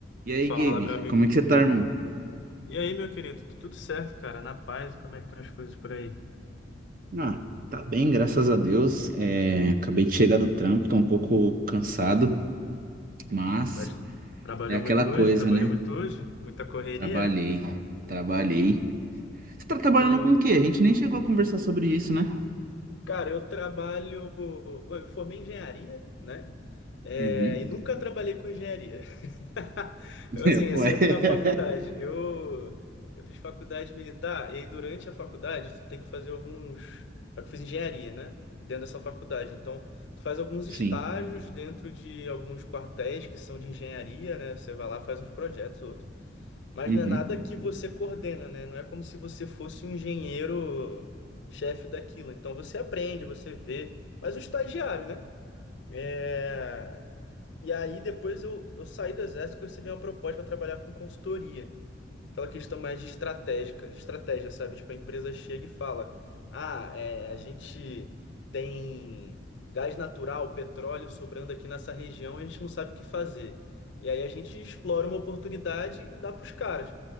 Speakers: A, on the right; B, on the left.
A: E aí,
B: Fala,
A: Gabe,
B: meu amigo.
A: como é que você tá, irmão?
B: E aí, meu querido? Tudo certo, cara? Na paz? Como é que estão as coisas por aí?
A: Ah, tá bem, graças a Deus. É, acabei de chegar do trampo, tô um pouco cansado, mas
B: Bast- Trabalhou
A: é aquela
B: muito
A: coisa,
B: hoje? Trabalhou
A: né?
B: muito hoje? Muita correria?
A: Trabalhei, trabalhei. Você tá trabalhando
B: Tu...
A: com o quê? A gente nem chegou a conversar sobre isso, né?
B: Cara, eu trabalho... Eu me formei em engenharia, né? É,
A: Uhum.
B: e nunca trabalhei com engenharia. <laughs>
A: <laughs>
B: Eu,
A: Eu,
B: Assim, exceto
A: ué.
B: na faculdade. Eu, eu fiz faculdade militar, e aí durante a faculdade tu tem que fazer alguns. Só que Eu fiz engenharia, né? Dentro dessa faculdade. Então, tu faz alguns
A: Sim.
B: estágios dentro de alguns quartéis que são de engenharia, né? Você vai lá, faz uns projetos, outros. Mas
A: Uhum.
B: não é nada que você coordena, né? Não é como se você fosse um engenheiro chefe daquilo. Então, você aprende, você vê. Mas o estagiário, né? É, e aí depois eu, eu saí do exército e recebi uma proposta para trabalhar com consultoria. Aquela questão mais de estratégica, de estratégia, sabe? Tipo, a empresa chega e fala: Ah, é, a gente tem gás natural, petróleo sobrando aqui nessa região, e a gente não sabe o que fazer. E aí a gente explora uma oportunidade e dá para os caras.